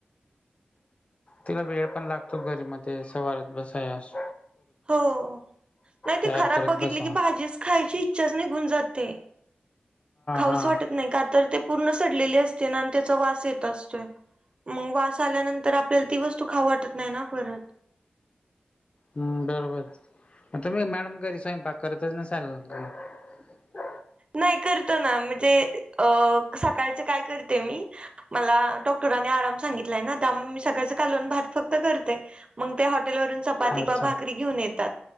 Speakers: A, on the left; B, on the right.
A: तिला वेळ पण लागतो घरी मध्ये सवारात बसाय अस
B: हो नाही ते
A: तयार
B: खराब
A: करत
B: बघितली
A: बसा
B: की
A: हा
B: भाजीच खायची इच्छाच निघून जाते. खाऊच
A: हा
B: वाटत नाही का तर ते पूर्ण सडलेली असते ना आणि त्याचा वास येत असतोय. मग वास आल्यानंतर आपल्याला ती वस्तू खाऊ वाटत नाही ना परत.
A: हम्म बरोबर. मग तुम्ही मॅडम कधी स्वयंपाक करतच नसाल घरी.
B: नाही करतो ना म्हणजे अ सकाळचे काय करते मी मला डॉक्टरांनी आराम सांगितलाय ना त्यामुळे मी सकाळच कालून भात फक्त करते. मंग ते हॉटेलवरून चपाती
A: अच्छा
B: किंवा भाकरी घेऊन येतात